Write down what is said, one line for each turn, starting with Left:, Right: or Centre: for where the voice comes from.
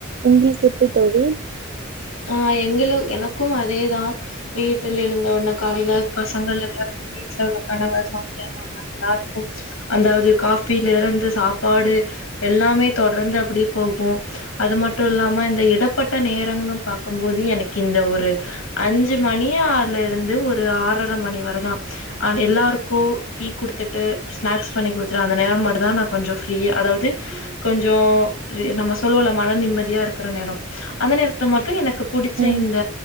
Right: உங்களுக்கு எப்டி தோழி
Left: ஆ எங்களு எனக்கும் அதேதா வீட்டுல எழந்த உன்னே காலையில பசங்கள் எல்லாருந்து வீட்ல உள்ள கணவர் மாமியார் மாம எல்லாருக்கு அந்தாது காபில இருந்து சாப்பாடு எல்லாமே தொடர்ந்து அப்டி போகு அது மட் ட்டு இல்லாம இந்த இடப்பட்ட நேரங்க பாக்கும்போது எனக்கு இந்த ஒரு அஞ்சு மணி ஆல இருந்து ஒரு ஆறரை மணி வரதா ஆ எல்லாருக்கு டீ குடுத்துட்டு ஸ்நாக்ஸ் பண்ணி கொடுத்துட்டு அந்த நேரம் மட்டுதா நா கொஞ்ச ஃப்ரீ அதாவது கொஞ்சோ நம்ம சொல்லுவோல மன நிம்மதி தியா இருக்குற நேரோ அந்த நேரத்ல மட்டு எனக்கு புடுச்ச
Right: ம்
Left: இந்த